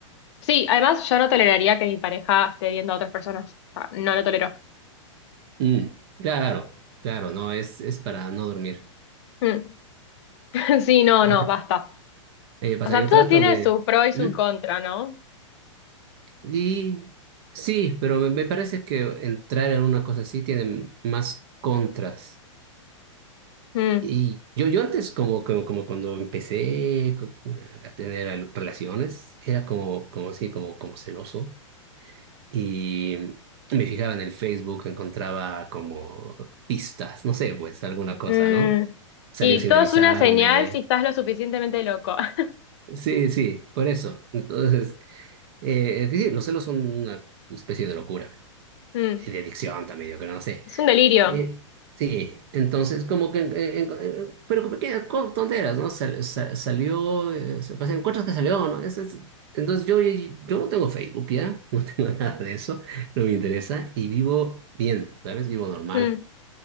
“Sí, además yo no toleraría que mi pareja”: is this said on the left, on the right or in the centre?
Left